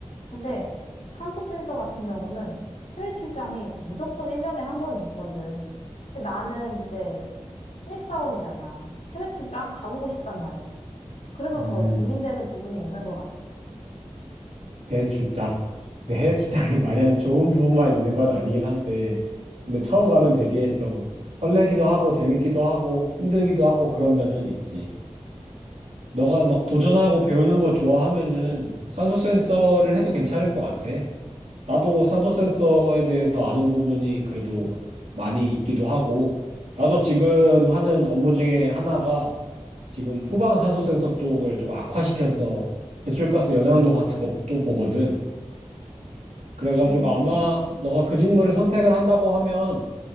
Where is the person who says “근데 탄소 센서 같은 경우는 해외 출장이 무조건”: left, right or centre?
Left